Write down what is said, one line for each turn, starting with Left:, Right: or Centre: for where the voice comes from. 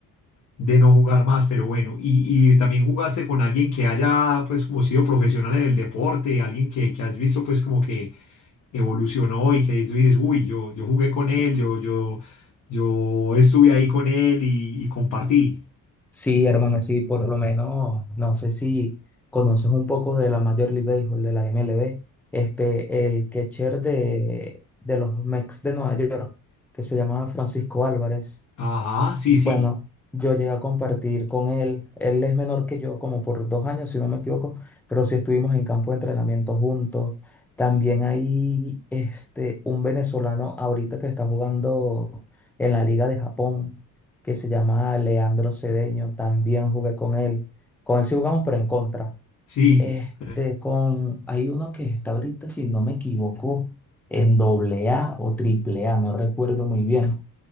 Left: de no jugar más, pero bueno, y, y también jugaste con alguien que haya pues como sido profesional en el deporte, alguien que, que has visto pues como que evolucionó y que tú dices, uy, yo, yo jugué con
Centre: Sí,
Left: él, yo, yo, yo estuve ahí con él y, y compartí.
Centre: sí, hermano, sí, por lo menos, no sé si conoces un poco de la Major League Baseball, de la MLB, este, el catcher de, de los Mets de Nueva York, que se llamaba Francisco Álvarez.
Left: Ajá, sí, sí,
Centre: Bueno, yo llegué a compartir con él. Él es menor que yo, como por dos años, si no me equivoco, pero sí estuvimos en campo de entrenamiento juntos. También hay este, un venezolano ahorita que está jugando en la Liga de Japón, que se llama Leandro Cedeño. También jugué con él. Con él sí jugamos, pero en contra.
Left: sí.
Centre: Este,
Left: <laughs>
Centre: con, hay uno que está ahorita, si no me equivoco, en doble A o triple A, no recuerdo muy bien.